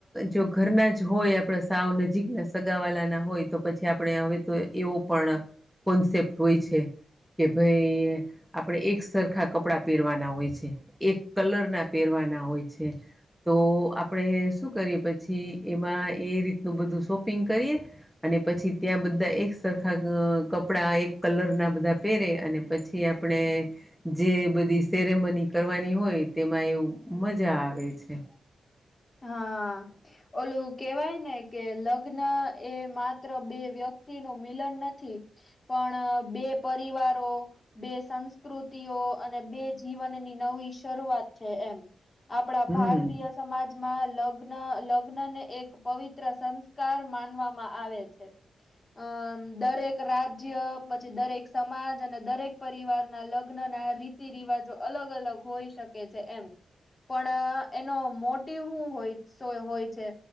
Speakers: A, in the centre; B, on the left.
A: જો ઘરના જ હોય આપણા સાવ નજીકના સગાવાલા ના હોય તો પછી આપણે હવે. તો એવો પણ કોન્સેપ્ટ હોય છે. કે ભઈ આપણેે એક સરખા કપડા પહેરવાના હોય છે એક કલર ના પહેર. વના હોય છે. તો આપણે શું કરીએ પછી એમાં એ રીતનું બધું શોપિંગ કરીએ અને. અને પછી ત્યા બધ. બધા એક સરખા કપડા એક કલરના બધા પહેરે અને પછી આપણે. જે બધી સેરેમની કરવાની હોય તેમાં એવું મજા આવે છે.
B: હા ઓલુ કેવાય ને. કે લગ્ન એ માત્ર બે વ્યક્તિ નુ મિલન નથી પણ બે. બે પરિવારો બે સંસ્કૃતિઓ અને બે જીવનની નવી શરૂઆત છે. એમ આપણા
A: હમ
B: ભારતીય સમાજ. મા લગ્ન લગ્ન ને એક પવિત્ર સંસ્કાર માનવામા આવે છે. અમ દરેક રાજ્ય પછી દરેક સમાજ અને દરેક પરિવારના લગ્ન. રીતિ રિવાજો અલગ અલગ હોઈ શકે છે એમ પણ એનો મો. ટીવ હુ શું હોય છે